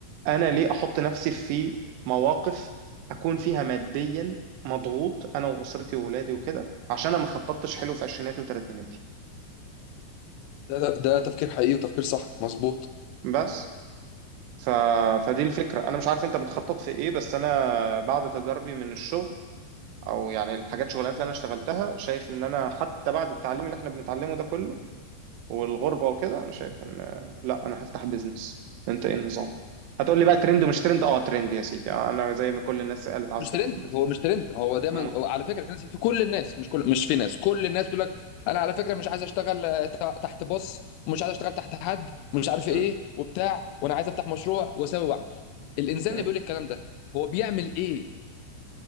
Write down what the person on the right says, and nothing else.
انا ليه احط نفسي في مواقف اكون فيها ماديا مضغوط انا واسرتي واولادي وكده عشان انا ما خططتش حلو في عشريناتي وثلاثيناتي
بس ف... فدي الفكرة انا مش عارف انت بتخطط في ايه بس انا بعد تجاربي من الشغل او يعني الحاجات شغلانات اللي انا اشتغلتها شايف ان انا حتى بعد التعليم اللي احنا بنتعلمه ده كله والغربة وكده أنا شايف إن لا أنا هفتح بيزنس أنت إيه النظام؟ هتقول لي بقى ترند ومش ترند أه ترند يا سيدي آه، أنا زي ما كل الناس قالت عاوز
تفتح
بيزنس
مم.
مم.
مم.